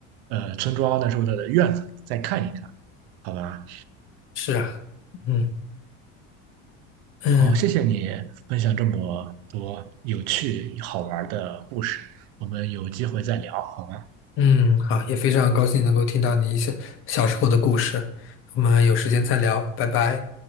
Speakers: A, on the right; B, on the left.
A: 呃村庄，那时候的院子，再看一看，好吧？
B: 是啊，嗯
A: 好，
B: 嗯。
A: 谢谢你分享这么多有趣好玩的故事，我们有机会再聊，好吗？
B: 嗯，好，也非常高兴能够听到你一些小时候的故事。我们有时间再聊，拜拜。